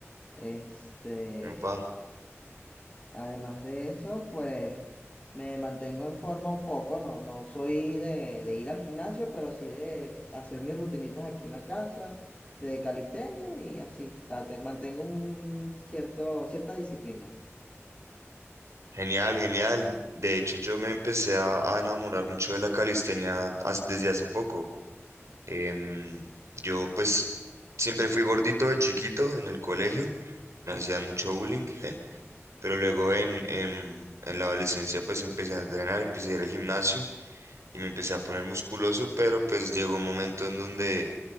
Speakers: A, on the left (about 25°); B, on the right (about 75°).
A: este,
B: Opa,
A: Además de eso, pues me mantengo en forma un poco, no, no soy de, de ir al gimnasio, pero sí de hacer mis rutinitas aquí en la casa, de calistenia y así. O sea, te, mantengo un cierto, cierta disciplina.
B: genial, genial. De hecho, yo me empecé a, a enamorar mucho de la calistenia as- desde hace poco. Em, yo pues siempre fui gordito de chiquito en el colegio. me hacían mucho bullying, <laughs> pero luego en, en, en la adolescencia pues empecé a entrenar, empecé a ir al gimnasio y me empecé a poner musculoso, pero pues llegó un momento en donde